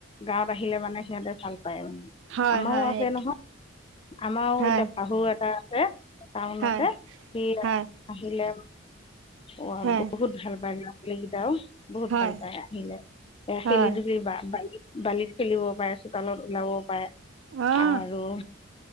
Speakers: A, on the left (about 25°); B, on the right (about 65°).
A: গাঁৱত আহিলে মানে সিহঁতে ভাল আমাৰো
B: হয় হয়
A: আছে নহয় আমাৰো
B: হয়
A: এতিয়া শাহু এটা আছে টাউনতে
B: হয়
A: সি
B: হয়
A: আহিলে অ
B: হয়
A: বহুত ভাল পাই লৰা ছোৱালীকেইটাও বহুত
B: হয়
A: ভাল পায় আহিলে এ খেলি
B: হয়
A: ধূলি বা বালি বালিত খেলিব পাৰে চোতালত ওলাব পাৰে
B: অহ
A: আৰু